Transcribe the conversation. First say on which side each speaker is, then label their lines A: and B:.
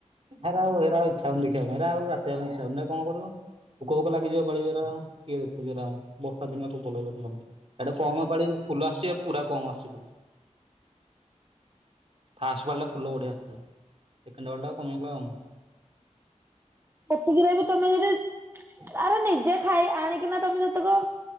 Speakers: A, on the right; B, on the right.
A: ହେରା ଆଉ ହେରା ଆଉ ଇଚ୍ଛା ହେଉନି ଦେଖିବା ପାଇଁ ହେରା ଆଉ ବାତିବା ପାଇଁ ଇଚ୍ଛା ହେଉନି ହେରା କଣ କରିବ। ପୋକୋ ବୋକ ଲାଗିଯିବ ପାଳିଗୁରା କିଏ ଦେଖୁଛି ହେରା ଆଉ ବର୍ଷା ପୋକ ଲାଗେ। ହେଟା କମପାଳିରୁ ଫୁଲ ଆସୁଛି ପୁରା କମ ଆସୁଛି ଫୁଲ। ଫାଷ୍ଟପାଳିଟା ଫୁଲ ବଢ଼ିଆ ଆସିଥିଲା। କେଣ୍ଡେଲା କମିଗଲା ଆଉ।
B: ହେତିକିରେ ବି ତମେ ଯଦି ଆରେ ନିଜେ ଖାଇ ଆଣିକିନା ତମେ ଯେତେକ